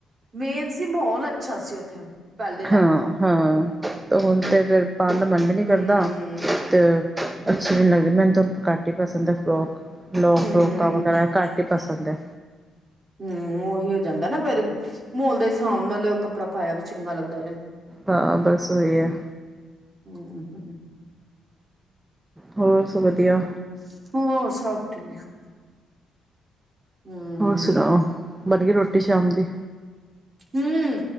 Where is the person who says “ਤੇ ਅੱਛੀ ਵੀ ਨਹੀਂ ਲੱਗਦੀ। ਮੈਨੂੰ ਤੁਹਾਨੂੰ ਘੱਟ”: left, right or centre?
Right